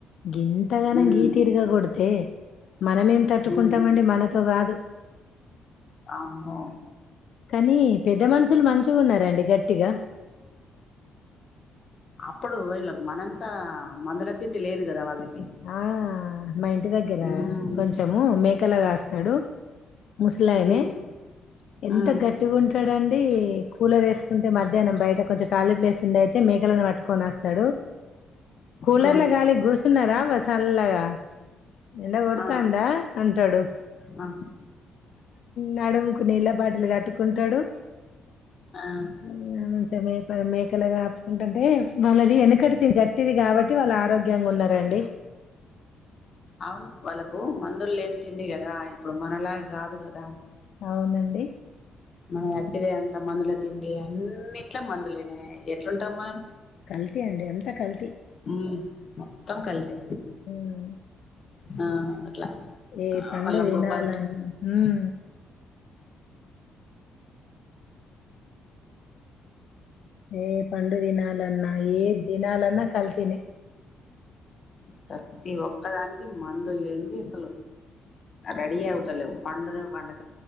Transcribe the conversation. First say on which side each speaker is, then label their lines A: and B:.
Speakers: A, on the left (about 65°); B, on the left (about 45°).
A: గింతగనామ్
B: ఉమ్
A: గీతీరుగా కొడితే మనమేం తట్టుకుంటామండి
B: ఉమ్
A: మనతో గాదు
B: అమ్మో
A: కానీ పెద్ద మనుషులు మంచిగున్నారండి గట్టిగ
B: అప్పుడు వీళ్ళ మనంతా మందుల తిండి లేదు గదా వాళ్ళకి
A: ఆ మా ఇంటి దగ్గర
B: ఉమ్
A: కొంచము మేకలా కాస్ తెడు ముసలాయినే
B: ఉమ్
A: ఎంత
B: ఉమ్
A: గట్టిగా ఉంట్ టడండి కూలర్ ఏస్కుంటే మధ్యానం బయట కొంచెం ఖాళీ ప్లేస్ ఉండే తే మేకలను పట్టుకొని అస్తడు కూలర్ల
B: ఆ
A: గాలికి గూసున్నారా వ సల్లగా ఎండ కొడతాందా
B: ఆ
A: అంటడు
B: ఆ
A: నడుముకు నీళ్ళభాటిల్లు కట్టుకుంటడు
B: ఆ
A: అమ్ మంచిగ మెపమె గలగాపుకుంటంటే వాళ్ళది వెనకటి తిండి గట్టిది కాబట్టి వాళ్ళు ఆరోగ్యంగా ఉన్నారండి
B: అవును వాళ్ళకు మందులు లేని తిండి గదా ఇప్పుడు మనలా గాదు గదా
A: అవునండి
B: మనం ఎట్టిదే అంత మందులు తిండి అన్నిట్లా మందులేనాయి ఎట్లుంటాం మనం
A: కల్తీ అండి అంత కల్తీ
B: ఉమ్, మొత్తం కల్తె
A: ఆమ్
B: ఆ అట్లా
A: ఏ
B: ఆ,
A: పండుదినాల
B: వాళ్ళప్పుడు ప
A: హ్ం ఏ పండు దినాలన్నా ఏదినాలన్నా కల్తీనే
B: ప్రతి ఒక్కదానికి మందు లేనింది అసలు రెడీ అవుతలేవు పండునే పడు